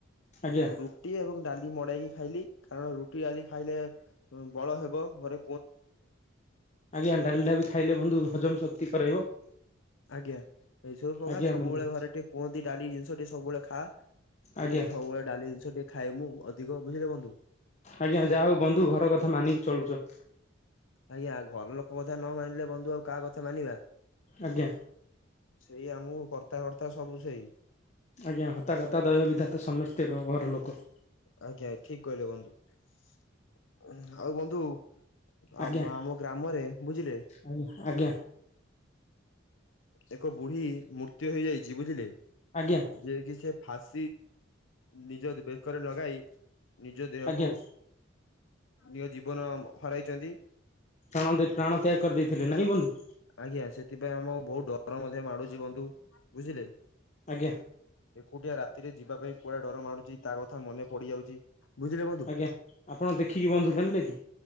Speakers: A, on the left; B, on the left.
A: ଆଜ୍ଞା
B: ରୁଟି ଏବଂ ଡାଲି ମଡେଇକି ଖାଇଲି। କାରଣ ରୁଟି ଆଦି ଖାଇଲେ ବଳ ହେବ ଘୋରେ
A: ଆଜ୍ଞା ଡାଲିଡା ବି ଖାଇଲେ ବନ୍ଧୁ ହଜମ ଶକ୍ତି କରାଇବ।
B: ଆଜ୍ଞା ଏଇ ସବୁ ପ୍ରକା
A: ଆଜ୍ଞା
B: ସବୁବେଳେ
A: ବନ୍ଧୁ
B: ଘରେ ଟିକେ କୁହନ୍ତି ଡାଲି ଜିନିଷ ଟିକେ ସବୁବେଳେ ଖା ସେନିଷ
A: ଆଜ୍ଞା
B: ସବୁବେଳେ ଡାଲି ଜିନିଷ ଟିକେ ଖାଇଏ ମୁଁ ଅଧିକ ବୁଝିଲେ ବନ୍ଧୁ।
A: ଆଜ୍ଞା ଯାହା ହଉ ବନ୍ଧୁ ଘର କଥା ମାନିକି ଚଳୁଛ।
B: ଆଜ୍ଞା ଘର ଲୋକ କଥା ନ ମାନିଲେ ବନ୍ଧୁ ଆଉ କାହା କଥା ମାନିବା?
A: ଆଜ୍ଞା।
B: ସେଇ ଆମକୁ କର୍ତ୍ତା ହରର୍ତ୍ତା ସବୁ ସେଇ।
A: ଆଜ୍ଞା ହତା କତା ଦୟବିଧାତା ସମସ୍ତେ ଘର ଲୋକ।
B: ଆଜ୍ଞା ଠିକ କହିଲେ ଆଉ ବନ୍ଧୁ
A: ଆଜ୍ଞା
B: ଆମ ଆମ ଗ୍ରାମରେ ବୁଝିଲେ?
A: ଆଜ୍ଞା ଆଜ୍ଞା
B: ଏକ ବୁଢୀ ମୃତ୍ୟୁ ହେଇଯାଇଛି ବୁଝିଲେ
A: ଆଜ୍ଞା
B: ଯିଏ କି ସେ ଫାଶ ନିଜ ବେକରେ ଲଗାଇ ନିଜ ଦେହକୁ
A: ଆଜ୍ଞା
B: ନିଜ ଜୀବନ ହରାଇଛନ୍ତି।
A: ପ୍ରାଣ ପ୍ରାଣ ତ୍ୟାଗ କରିଦେଇଥିଲେ ନାଇଁ ବନ୍ଧୁ?
B: ଆଜ୍ଞା ସେଥିପାଇଁ ଆମ ବହୁତ ଡର ମଧ୍ୟ ମାଡୁଛି ବନ୍ଧୁ ବୁଝିଲେ।
A: ଆଜ୍ଞା
B: ଏକୁଟିଆ ରାତିରେ ଯିବା ପାଇଁ କୁଆଡେ ଡର ମାଡୁଛି ତା କଥା ମନେ ପଡିଯାଉଛି। ବୁଝିଲେ ବନ୍ଧୁ।
A: ଆଜ୍ଞା ଆପଣ ଦେଖିକି ବନ୍ଧୁ ଜାଣିଲେ କି?